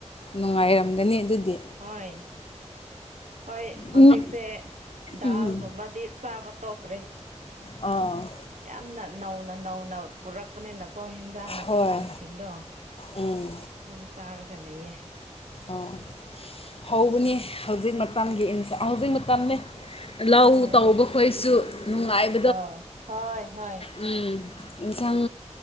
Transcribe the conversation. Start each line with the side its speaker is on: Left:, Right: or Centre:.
Left: ꯅꯨꯡꯉꯥꯏꯔꯝꯒꯅꯤ
Right: ꯎꯝ
Left: ꯑꯗꯨꯗꯤ
Right: ꯍꯣꯏ ꯍꯣꯏ ꯍꯧꯖꯤꯛꯁꯦ
Left: ꯎꯝ
Right: ꯗꯥꯜ
Left: ꯎꯝ
Right: ꯒꯨꯝꯕꯗꯤ ꯆꯥꯕ ꯇꯣꯛꯈ꯭ꯔꯦ꯫
Left: ꯑꯣ
Right: ꯌꯥꯝꯅ ꯅꯧꯅ ꯅꯧꯅꯞ ꯄꯨꯔꯛꯄꯅꯦꯅꯀꯣ ꯍꯦꯟꯖꯥꯡ ꯅꯥꯄꯤ
Left: ꯍꯣꯏ
Right: ꯅꯤꯡꯁꯤꯡꯗꯣ
Left: ꯎꯝ
Right: ꯑꯗꯨꯝ ꯆꯥꯔꯒ ꯂꯩꯌꯦ
Left: ꯑꯣ ꯍꯧꯒꯅꯤ ꯍꯧꯖꯤꯛ ꯃꯇꯝꯒꯤ ꯏꯟꯁꯡ ꯍꯧꯖꯤꯛ ꯃꯇꯝꯅꯦ ꯂꯧ
Right: ꯎꯝ
Left: ꯇꯧꯕ ꯈꯣꯏꯁꯨ ꯅꯨꯡꯉꯥꯏꯕ
Right: ꯑꯧ ꯍꯣꯏ ꯍꯣꯏ
Left: ꯎꯝ ꯏꯟꯁꯥꯡ